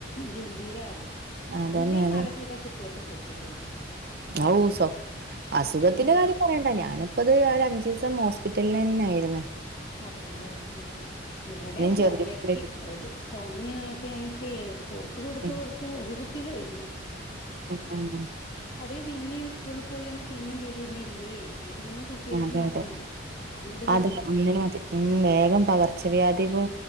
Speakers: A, on the left; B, on the right.
A: ഗംഭീരാകും അല്ലെങ്കിലേ
B: അതന്നെ അതെ
A: മഴ പെയ്ത കുട്ടികൾക്ക് സു കേടു വര
B: ഔ സ അസുഖത്തിന്റെ
A: ഉം
B: കാര്യം പറയേണ്ട ഞാനിപ്പ ഇത് ഒരു അഞ്ചിസം ഹോസ്പിറ്റലന്നെ യാരുന്നേ
A: അതെല്ലേ ആഹ് ഇവിടെ ചുമക്ക്
B: ചെറുതിനുമായിട്ട്
A: ഒരു ചുമൊക്കെ ആയിട്ട് കൊടുത്തു കൊടുത്തു
B: ഉം
A: കൊടുത്തു ഒരു കുപ്പി കഴിഞ്ഞു
B: ഉം ഉം
A: അതെ പിന്നെയി സ്കൂളിൽ പോയി വന്ന പിന്നെയും വരന്നല്ലേ ഏതെങ്കി കുട്ടികൾക്ക്
B: അതെ
A: മതി
B: അതെ
A: അങ്ങോട്ട്
B: അതെ
A: കൊണ്ടുവരും.
B: ഒന്നിന് മതി ഉം വേഗം പകർച്ചവ്യാധികൾ